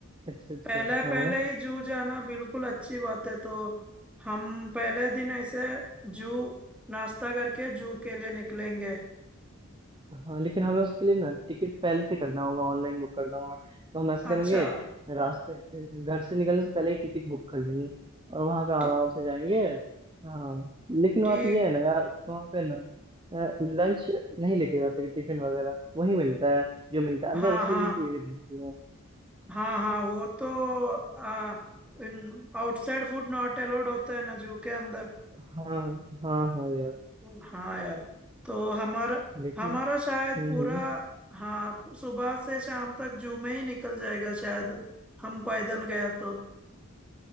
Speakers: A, on the right; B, in the centre.
A: अच्छा अच्छा
B: पहले
A: हाँ
B: पहले ही जू जाना बिल्कुल अच्छी बात है तो हम पहले दिन ऐसे जू नाश्ता करके जू के लिए निकलेंगे
A: हाँ लेकिन हमें उसके लिए ना टिकट पहले से करना होगा ऑनलाइन बुक करना होगा तो हम ऐसा
B: अच्छा
A: करेंगे रास्ते घर से निकलने से पहले ही टिकट बुक कर लेंगे और वहां पे आराम
B: ठी-
A: से जाएंगे हाँ लेकिन
B: ठीक
A: वहाँ पे ये है ना यार वहाँ पे ना लंच नहीं लेके जा सकते टिफिन वगैरह वही मिलता है जो मिलता है अंदर
B: हाँ
A: अच्छी
B: हाँ
A: अच्छी चीजें मिलती है
B: हाँ हाँ वो तो आ, in outside food not allowed होता है ना जू के अंदर
A: हाँ हाँ हाँ यार
B: हाँ यार तो हमारा
A: लेकिन
B: हमारा शायद
A: हम्म
B: पूरा
A: हम्म।
B: हाँ सुबह से शाम तक जू में ही निकल जाएगा शायद हम पैदल गया तो